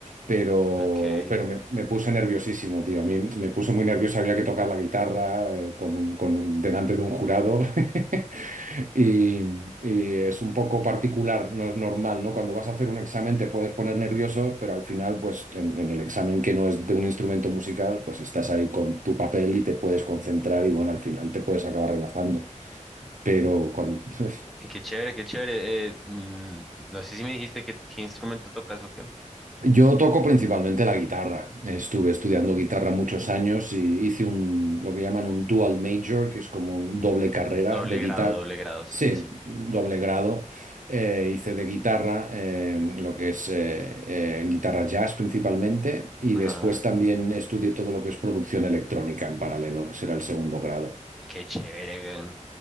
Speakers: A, on the right; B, in the centre.
A: pero,
B: Ok.
A: pero me, me puse nerviosísimo, tío. A mí me puse muy nervioso, había que tocar la guitarra eh, con un- con un- delante de un jurado. <laughs> Y, y es un poco particular, no es normal, ¿no? Cuando vas a hacer un examen te puedes poner nervioso, pero al final, pues en, en el examen que no es de un instrumento musical, pues estás ahí con tu papel y te puedes concentrar y bueno, al final te puedes acabar relajando. Pero cuando... <laughs>
B: Y qué chévere, qué chévere. Eh, mm, no sé si me dijiste que- qué instrumento tocas o qué.
A: Yo toco principalmente la guitarra. Estuve estudiando guitarra muchos años y hice un, lo que llaman un dual major, que es como un doble
B: Mm,
A: carrera
B: Doble
A: de guitarra.
B: grado, doble grado, sí,
A: Sí,
B: sí, sí.
A: doble grado. Eh, hice de guitarra, eh, lo que es eh, eh, guitarra jazz principalmente, y
B: Ajá,
A: después también estudié todo lo que es producción electrónica en paralelo, que será el segundo grado.
B: qué chévere, güey.